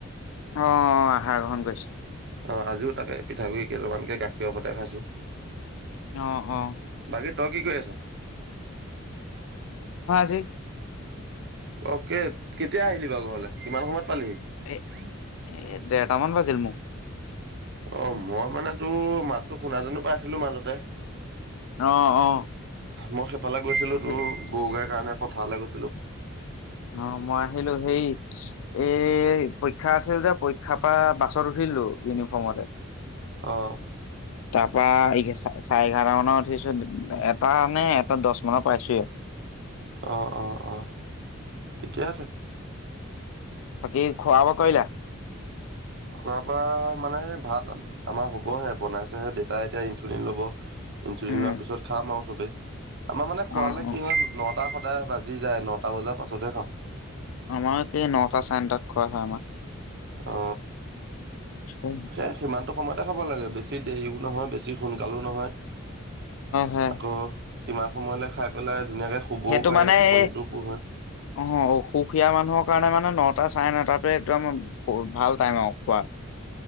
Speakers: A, on the left (about 70°); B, on the right (about 55°).
A: আহ আহাৰ গ্ৰহণ কৰিছো
B: অ আজিও তাকে পিঠাগুডৰি কেইটামানকে গাখীৰ সতে খাইছো
A: অ অ
B: বাকী তই কি কৰি আছ
A: জে
B: অ কে কেতিয়া আহিলি বাৰু ঘৰলে কিমান সময়ত পালিহি
A: এ এ দেৰটামান বাজিল মোক
B: অ মই মানে তোৰ মাততো শুণাজনো পাইছিলো মাজতে
A: অ অ।
B: মই সেফালে গৈছিলো
A: আহিলো।
B: তোৰ গৰু গাই কাৰণে পথাৰলৈ গৈছিলো
A: অ মই আহিলো সেই এই পৰীক্ষা আছিল যে পৰীক্ষাৰ পৰা বাছত উঠিলো ইউনিফৰ্মতে
B: আহ
A: বাঘ চাৰে এঘাৰ মানত উঠিছো এটা নে এটা দহ মানৰ পাইছো এ
B: অ অ অ ঠিকে আছে
A: সকী খোৱাব কৈলা
B: খোৱা বোৱা মানে ভাত আমাৰ হ'বহে বনাইছেহে দেতা এতিয়া ইনচুলিন ল'ব ইনচুলিন
A: উম
B: লোৱাৰ পিছত খাম আৰু চবে আমাৰ মানে খোৱালে
A: অ অ
B: কি হয় ন টা সদায় বাজি যায় নটা বজাৰ পাছতহে খাম
A: আমাৰকে নটা চণ্টাত খোৱা হয় আমাক
B: অ
A: হয়
B: সেই সিমানটো সময়তে খাব লাগে বেছি দেৰিও নহয় বেছি সোনকালো নহয়
A: হয়
B: আকৌ সিমান সময়লে খাই পেলাই ধুনীয়াকে শুবও
A: সেইটো
B: পাৰি
A: মানে
B: টোপনিটোও
A: এই
B: পূৰ হয়।
A: অ অসুখীয়া মানুহৰ কাৰণে মানে ন এটা চাই ন তাতো একদম ভাল টাইম আৰু খোৱা,